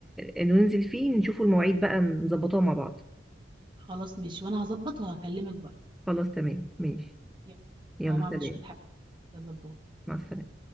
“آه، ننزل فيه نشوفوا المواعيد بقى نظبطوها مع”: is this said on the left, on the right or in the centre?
Centre